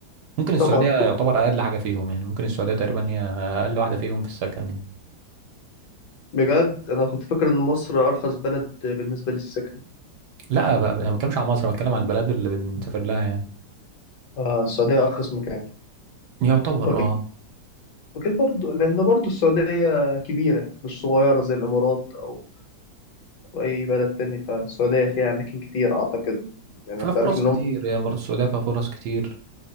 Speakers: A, on the right; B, on the left.
A: ممكن السعودية
B: طبعا
A: يعتبر
B: كنت-
A: أقل حاجة فيهم يعني ممكن السعودية تقريبا هي أقل واحدة فيهم في السكن يعني
B: بجد انا كنت فاكر ان مصر ارخص بلد بالنسبة للسكن
A: لا بقى أنا ما بتكلمش على مصر أنا بتكلم على البلد اللي بنسافر لها يعني
B: آه، السعودية ارخص مكان
A: يعتبر
B: واكيد
A: أه
B: واكيد برضو لان برضو السعودية كبيرة مش صغيرة زي الامارات او وأي بلد تاني فالسعودية فيها أماكن كتير أعتقد يعني
A: فيها
B: أنت
A: فرص
B: عارف إن
A: كتير
B: هم
A: يعني برضه السعودية فيها فرص كتير